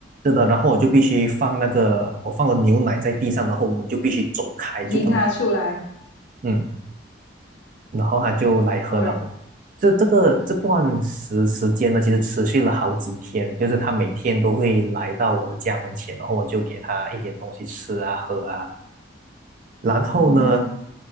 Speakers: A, on the right; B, on the left.
A: 是的，然后我就必须放那个，我放了牛奶在地上，然后我们就必须走开，
B: 引它出来，
A: 就不能够嗯。然后他就来喝，
B: 哦，
A: 然后这这个这段时时间呢，其实持续了好几天，就是他每天都会来到我的家门前，然后我就给他一点东西吃啊喝啊，然后呢，
B: 嗯，